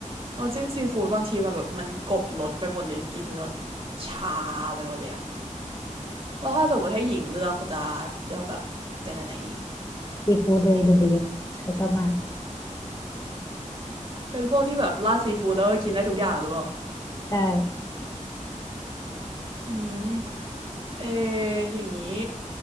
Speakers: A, on the right (about 45°); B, on the left (about 25°).
A: น้ำจิ้มซีฟู้ดบางทีมันแบบมันกลบรสไปหมดเลยกินแล้วชาไปหมดเลยอะ แล้วถ้าสมมติให้หญิงเลือกก็จะเลือกแบบเป็นอะไรดี
B: ซีฟู้ดเลยเดอะเบสเขาชอบมาก
A: เป็นพวกที่แบบราดซีฟู้ดแล้วก็กินได้ทุกอย่างหรือเปล่า
B: ใช่
A: อืมเอออย่างนี้